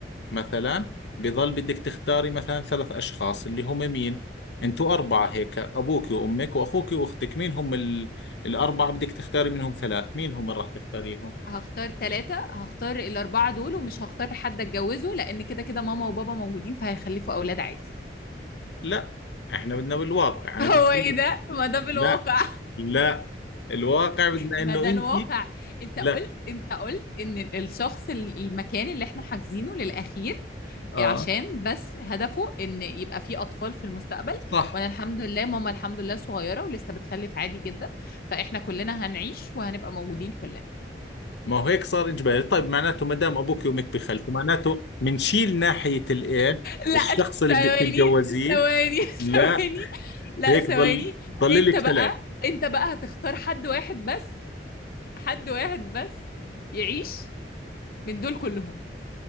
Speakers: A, on the left (about 80°); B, on the left (about 55°).
A: مثلا بظل بدك تختاري مثلا ثلاث أشخاص اللي هم مين أنتوا أربعة هيك أبوك وأمك وأخوك وأختك مين هم ال... الأربعة بدك تختاري منهم ثلاث مين هم اللي راح تختاريهم
B: هختار ثلاثة هختار الأربعة دول ومش هختار حد أتجوزه لأن كده كده ماما وبابا موجودين فهيخلفوا أولاد عادي
A: لا إحنا بدنا بالواقع
B: <laughs>
A: أنا
B: هو
A: قلت
B: إيه
A: لك
B: ده؟ ما ده بالواقع
A: لا لا الواقع بدنا
B: ما
A: إنه
B: ده
A: أنت
B: الواقع انت
A: لا
B: قلت انت قلت ان ال- الشخص ال- المكان اللي احنا حاجزينه للاخير
A: آه
B: عشان بس هدفه ان يبقى فيه اطفال في المستقبل
A: صح
B: وانا الحمد لله ماما الحمد لله صغيره ولسه بتخلف عادي جدا فاحنا كلنا هنعيش وهنبقى موجودين كلنا
A: ما هو هيك صار إجباري طيب معناته ما دام أبوك وأمك بخلفوا معناته منشيل ناحية الإيه
B: لا
A: الشخص اللي
B: ثواني
A: بدك تتجوزيه
B: ثواني <laughs>
A: لا
B: ثواني لا
A: هيك
B: ثواني
A: ضل ضل
B: انت
A: لك
B: بقى
A: ثلاث
B: انت بقى هتختار حد واحد بس حد واحد بس يعيش من دول كلهم